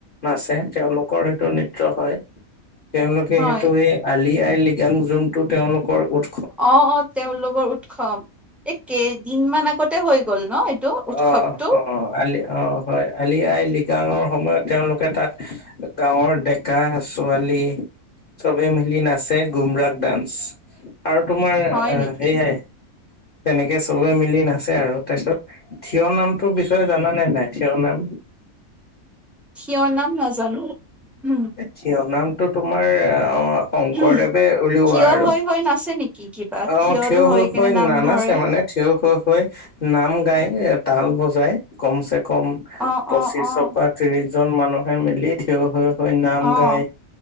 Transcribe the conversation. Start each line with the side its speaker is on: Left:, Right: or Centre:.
Left: নাচে তেওঁলোকৰ সেইটো নৃত্য হয়। তেওঁলোকে
Centre: হয়
Left: সেইটো এই আলি আই লৃগাং যোনটো তেওঁলোকৰ উৎ
Centre: অ', অ', তেওঁলোকৰ উৎসৱ, এই কেইদিনমান আগতে হৈ গ'ল ন? এইটো উৎসৱটো
Left: অ', অ', আলি অ' হয় আলি আই লিগাঙৰ সময়ত তেওঁলোকে তাত গাঁৱৰ ডেকা ছোৱালী চবে মিলি নাচে গুমৰাগ ডান্স। আৰু তোমাৰ
Centre: হয় নেকি?
Left: সেয়াই তেনেকে চবে মিলি নাচে আৰু তাৰপিছত থিয় নামটো বিষয়ে জানানে নে নাই থিয় নাম?
Centre: থিয় নাম নাজানো উম!
Left: এ থিয় নামটো তোমাৰ অ' শংকৰদেৱে
Centre: উম
Left: উলিওৱা
Centre: থিয়
Left: আৰু
Centre: হৈ হৈ নাচে নেকি কিবা
Left: অ' থিয় হৈ
Centre: কেনে
Left: হৈ
Centre: নাম
Left: নানাছে
Centre: ধৰে?
Left: মানে থিয় হৈ হৈ নাম গাই তাল বজাই কম চে কম
Centre: অ',
Left: পঁচিশৰ
Centre: অ', অ',
Left: পৰা ত্ৰিশজন মানুহে মিলি থিয় হৈ হৈ নাম
Centre: অ',
Left: গাই।